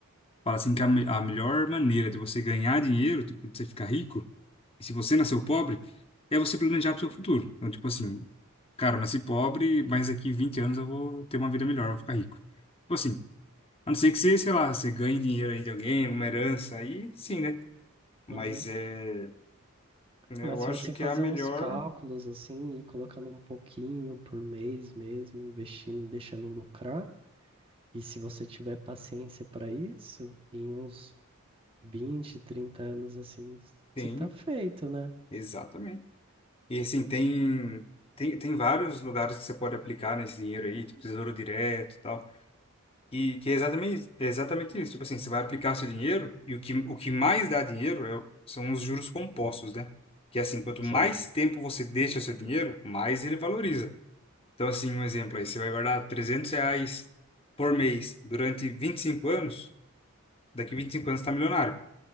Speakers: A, on the left; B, on the right.
A: Fala assim que a, me- a melhor maneira de você ganhar dinheiro, tipo, de você ficar rico, e se você nasceu pobre, é você planejar pro seu futuro. Então, tipo assim, cara, eu nasci pobre, mas daqui 20 anos eu vou ter uma vida melhor, eu vou ficar rico. Tipo assim, a não ser que você, sei lá, você ganhe dinheiro aí de alguém, alguma herança, aí sim, né? Mas
B: Uhum.
A: é, né,
B: Mas
A: eu
B: se
A: acho
B: você
A: que
B: fazer
A: é a melhor,
B: uns cálculos, assim, e ir colocando um pouquinho por mês mesmo, investindo, deixando lucrar, e se você tiver paciência para isso, em uns 20, 30 anos assim,
A: tem,
B: você tá feito, né?
A: exatamente. E assim, tem, tem, tem vários lugares que você pode aplicar nesse dinheiro aí, tipo Tesouro Direto e tal. E que é exatamente, é exatamente isso. Tipo assim, você vai aplicar o seu dinheiro e o que, o que mais dá dinheiro é o- são os juros compostos, né? Que é assim, quanto
B: Sim.
A: mais tempo você deixa o seu dinheiro, mais ele valoriza. Então, assim, um exemplo aí, você vai guardar 300 reais por mês durante 25 anos, daqui 25 anos você tá milionário,